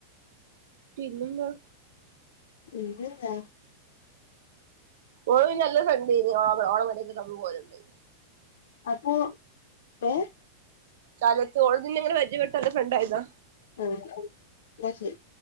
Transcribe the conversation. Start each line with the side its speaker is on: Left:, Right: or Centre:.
Right: പിന്നെന്താ
Left: പിന്നെന്താ
Right: ഓൾ നല്ല ഫ്രണ്ടേനി ഓ ഓളെ പെരേകൊക്കെ ഞമ്മള് പോല്ണ്ടേനി
Left: അപ്പോ ഏ
Right: <unintelligible> ഓള്ഇന്നങ്ങനെ പരിജയപ്പെട്ട് ഫ്രണ്ടായതാ
Left: ആഹ് ഇന്നാ ശെരി